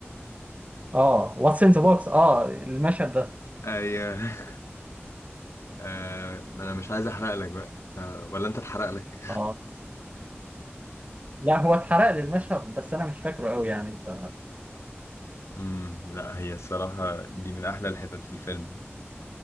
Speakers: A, on the right; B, on the left.
A: اه واتس ان ذا بوكس اه المشهد ده
B: أي <laughs> آه ما أنا مش عايز أحرق لك بقى آه، ولا أنت اتحرق لك
A: اه لا هو اتحرق لي المشهد بس انا مش فاكره قوي يعني ف-
B: امم لا هي الصراحة دي من أحلى الحتت في الفيلم